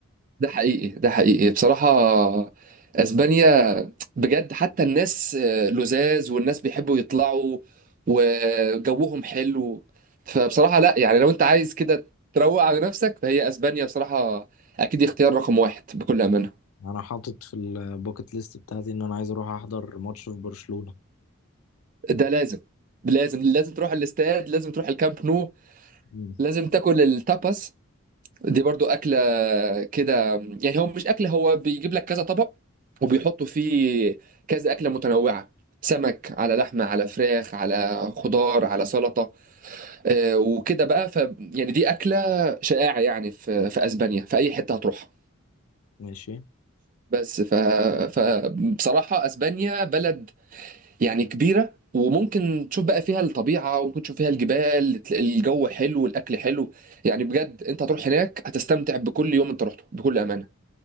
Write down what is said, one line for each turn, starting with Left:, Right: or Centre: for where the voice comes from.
Right: ده حقيقي ده حقيقي بصراحه اسبانيا بجد حتى الناس آه، لذاذ والناس بيحبوا يطلعوا وجوهم حلو فبصراحه لا يعني لو انت عايز كده تروق على نفسك فهي اسبانيا بصراحه اكيد اختيار رقم واحد بكل امانه
Left: أنا حاطط في الباكت ليست بتاعتي إن أنا عايز أروح أحضر ماتش في برشلونة
Right: ده لازم لازم لازم تروح الاستاد لازم تروح الكامب نو
Left: مم.
Right: لازم تاكل التاباس دي برضو أكلة كده يعني هو مش أكل هو بيجيب لك كذا طبق وبيحطوا فيه كذا أكلة متنوعة سمك على لحمة على فراخ على خضار على سلطة آه، وكده بقى ف يعني دي أكلة شائعة يعني في في أسبانيا في أي حتة هتروحها
Left: ماشي
Right: بس ف... فبصراحة أسبانيا بلد يعني كبيرة وممكن تشوف بقى فيها الطبيعة وممكن تشوف فيها الجبال تلاقي الجو حلو والأكل حلو يعني بجد أنت هتروح هناك هتستمتع بكل يوم أنت رحته بكل أمانة